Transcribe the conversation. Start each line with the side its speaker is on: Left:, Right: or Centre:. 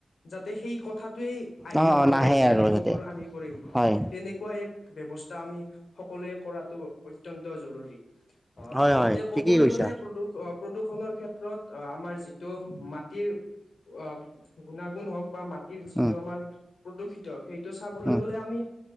Left: যাতে সেই কথাত টোৱেই আহি
Centre: অ
Left: নপৰে
Centre: অ নাহে
Left: যে
Centre: আৰু
Left: এইবোৰ
Centre: যাতে
Left: আমি কৰিম
Centre: হয়
Left: তেনেকুৱা এক ব্যৱস্থা আমি সকলোৱে কৰাটো অত্যন্ত জৰুৰী আ
Centre: হয়
Left: লগতে
Centre: হয়
Left: কবলৈ
Centre: ঠিকেই কৈছা
Left: গলে প্ৰদূষ অ প্ৰদূষণৰ ক্ষেত্ৰত অ আমাৰ যিটো মাটিৰ অ গুণাগুণ হওক বা মাটিৰ যিটো
Centre: উম
Left: আমাৰ প্ৰদূষিত সেইটো চাবলৈ
Centre: উম
Left: গ'লে আমি